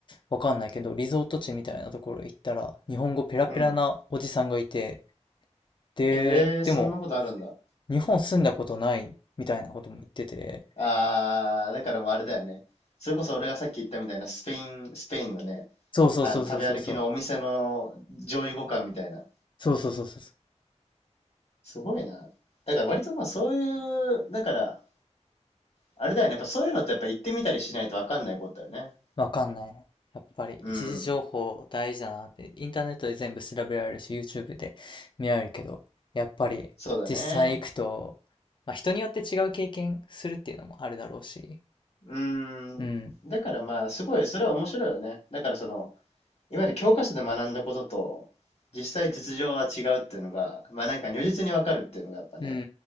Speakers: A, on the left; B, on the left.
A: わかんないけど、リゾート地みたいなところ行ったら、日本語ペラペラなおじさんがいて、
B: うん。
A: で、
B: へえ、
A: でも、
B: そんなことあるんだ。
A: 日本住んだことないみたいなことも言ってて、
B: ああ、だからもうあれだよね。それこそ俺がさっき言ったみたいなスペイン、スペインのね、
A: そうそうそうそうそうそう、
B: あの食べ歩きのお店の上位互換みたいな。
A: そうそうそうそう
B: すごいな。だから割とまあそういう、だから、あれだよね。やっぱそういうのってやっぱ行ってみたりしないとわかんないことだよね。
A: わかんない。やっぱり一時情報大事だなって、
B: うん。
A: インターネットで全部調べられるし、YouTube で見られるけど、やっぱり実際行くと、
B: そうだね。
A: まあ、人によって違う経験するっていうのもあるだろうし、
B: うん。
A: うん、
B: だからまあ、すごい、それは面白いよね。だからその、いわゆる教科書で学んだことと、実際実情は違うっていうのが、まあなんか如実にわかるっていうのがやっぱね、
A: うー